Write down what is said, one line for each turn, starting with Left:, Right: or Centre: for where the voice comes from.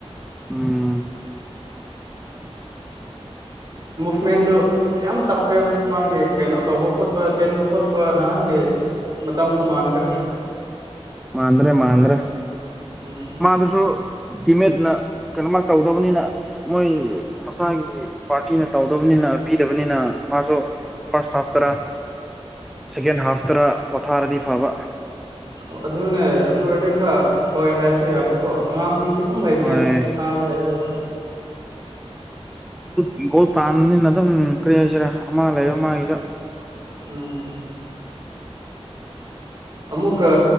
Centre: ꯎꯝ
Right: ꯃꯨꯐꯃꯦꯟꯗꯣ ꯌꯥꯝ ꯇꯞꯈ꯭ꯔꯦꯕ ꯃꯥꯒꯤ ꯀꯩꯅꯣ ꯇꯧꯕ ꯈꯣꯠꯄ ꯆꯦꯟꯕ ꯈꯣꯠꯄ ꯅꯍꯥꯟꯒꯤ ꯃꯇꯝꯗꯣ ꯃꯥꯟꯗ꯭ꯔꯦ
Centre: ꯃꯥꯟꯗ꯭ꯔꯦ ꯃꯥꯟꯗ꯭ꯔꯦ
Right: ꯎꯝ
Centre: ꯃꯥꯗꯨꯁꯨ ꯇꯤꯃꯦꯠꯅ ꯀꯩꯅꯣꯃ ꯇꯧꯗꯕꯅꯤꯅ ꯃꯣꯏ ꯃꯁꯥꯒꯤ ꯄꯥꯔꯇꯤꯅ ꯇꯧꯗꯕꯅꯤꯅ ꯄꯤꯗꯕꯅꯤꯅ ꯃꯥꯁꯨ ꯐꯥꯔꯁ ꯍꯥꯐꯇꯔꯥ ꯁꯦꯀꯦꯟ ꯍꯥꯐꯇꯔꯥ ꯄꯣꯊꯥꯔꯗꯤ ꯐꯕ
Right: ꯑꯣ ꯑꯗꯨꯅꯦ ꯑꯗꯨ ꯑꯣꯏꯔꯗꯤ ꯈꯔ ꯍꯣꯏ ꯍꯥꯏꯕꯁꯨ ꯌꯥꯕꯀꯣ ꯑꯉꯥꯡꯁꯤ ꯁꯤꯡꯁꯦ ꯌꯥꯝ ꯂꯩꯕꯅꯦ
Centre: ꯍꯣꯏ
Right: ꯃꯥꯗꯣ ꯍꯩꯔꯣꯢꯕ
Centre: ꯍꯤꯡꯈꯣꯜ ꯇꯥꯟꯅꯤꯅ ꯑꯗꯨꯝ ꯀꯔꯤ ꯍꯥꯏꯁꯤꯔꯥ ꯑꯃ ꯂꯩꯕ ꯃꯥꯒꯤꯁꯨ
Right: ꯎꯝ ꯑꯃꯨꯛꯀ